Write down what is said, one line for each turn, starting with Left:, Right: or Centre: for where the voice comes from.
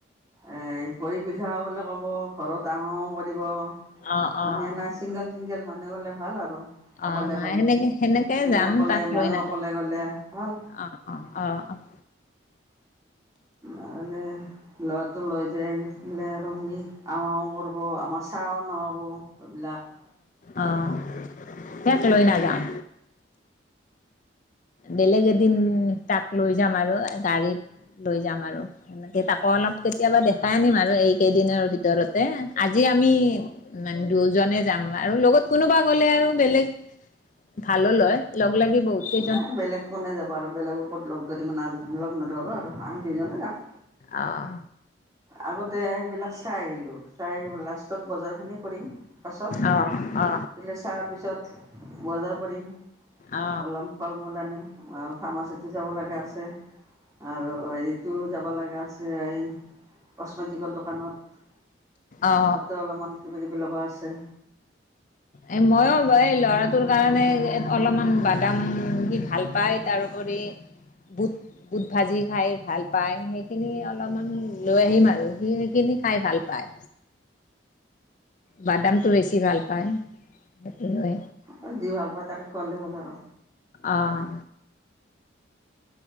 Right: এ ভৰি বিষা বুলি ক'ব ঘৰত আহাও কৰিব আমি
Left: অঁ অঁ
Right: এ চিংগল চিংগল মানে গ'লে ভাল আৰু। অকলে
Left: অ' নাই
Right: অকলে
Left: সেনেকে সেনেকে
Right: তুমি
Left: যাম
Right: অকলে
Left: তাক
Right: ময়ো
Left: লৈ নাযাম
Right: অকলে গ'লে ভাল
Left: অ' অ' অ' অ'
Right: আৰু লৰাটো লৈ যাইছিলে আৰু সি আহো আহো কৰিব আমাৰ। চাহ নহ'বো সেইবিলাক।
Left: অহ সিয়াক লৈ নাযাওঁ। বেলেগ এদিন তাক লৈ যাম আৰু গাড়ীত লৈ যাম আৰু সনেকে তাকো অলপ কেতিয়াবা দেখাই আনিম আৰু এইকেইদিনৰ ভিতৰতে আজি আমি দুজনে যাম আৰু লগত কোনোবা গ'লে আৰু বেলেগ ভালো লয়। লগ লাগি বহু তে।
Right: এ বেলেগকোনে যাবা আৰু বেলেগক ক'ত লগ ধৰিব না। আমি লগ নধৰো আৰু আমি দুজনে যামওঁ।
Left: অঁ।
Right: আগতে। এইবিলাক চাই আহিলোঁ চাই লাষ্টত বজাৰখিনি কৰিম পাছত
Left: অ অ
Right: দ চাৰ পিছত। বজাৰ কৰিম।
Left: অ
Right: অলাম ফাল মূল আনিম। অঁ। ফাৰ্মাচিটি যাব লগা আছে। আৰু হেৰিতটো যাব লগা আছে এই কচমেটিকৰ দোকানত
Left: অ
Right: তাতে অলপমান কিবা- কিবি লব আছে।
Left: এই ময়ো এই ল'ৰাটোৰ কাৰণে অলপমান বাদাম সি ভাল পায় তাৰোপৰি বুট- বুট ভাজি খাই ভাল পায়, সেইখিনি অলপমান লৈ আহিম আৰু সি সেইখিনি খাই ভাল পায়। বাদামটো বেছি ভাল পায়। সেইটো লৈ
Right: অ' যি ভাল পা তাকে খুৱালে হ'ল আৰু।
Left: অঁ।